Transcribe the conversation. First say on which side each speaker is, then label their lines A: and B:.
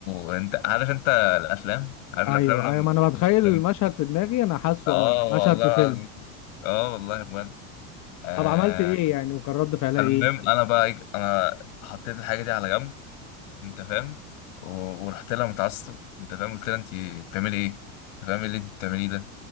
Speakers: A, on the left; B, on the left.
A: وانت عارف انت الافلام عارف
B: ايوه
A: الافلام لما
B: ايوه ما انا بتخيل
A: لما-
B: المشهد في دماغي انا حاسه
A: اه
B: اه
A: والله
B: مشهد في فيلم
A: العظيم اه والله بجد آه
B: طب عملت ايه يعني وكان رد فعلها
A: فالمهم
B: ايه
A: انا بقى إيه، انا حطيت الحاجه دي على جنب انت فاهم و- ورحت لها متعصب انت فاهم قلت لها انت بتعملي ايه انت فاهم إيه اللي انت بتعمليه ده